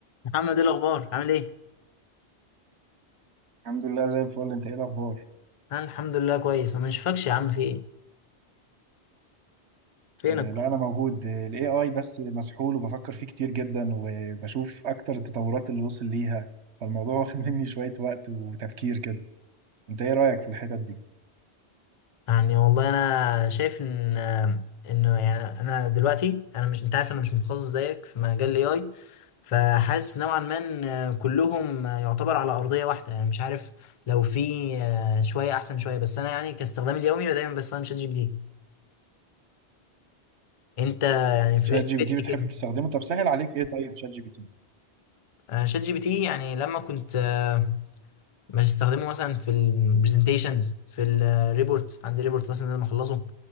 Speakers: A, on the left; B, on the right.
A: محمد ايه الاخبار عامل ايه
B: الحمد لله زي الفل انت ايه الاخبار
A: انا الحمد لله كويس انا مش فاكش يا عم في ايه فينك
B: آه
A: كل
B: لا انا
A: ده؟
B: موجود الاي اي بس مسحول وبفكر فيه كتير جدا وبشوف اكتر التطورات اللي وصل ليها فالموضوع <laughs> واخد مني شوية وقت وتفكير كده انت ايه رأيك في الحتت دي
A: يعني والله انا شايف ان انه يعني انا دلوقتي انا مش انت عارف انا مش متخصص زيك في مجال الاي اي فحاسس نوعا ما ان كلهم يعتبر على ارضيه واحده يعني مش عارف لو في آه، شويه احسن شويه بس انا يعني كاستخدامي اليومي دايما بستخدم شات جي بي تي انت يعني في
B: شات جي بي
A: فدني
B: تي بتحب
A: كده
B: تستخدمه طب سهل عليك ايه طيب شات جي بي تي
A: آه، شات جي بي تي يعني لما كنت آه، مش هستخدمه مثلا في البرزنتيشنز في الريبورت عندي ريبورت مثلا لازم اخلصه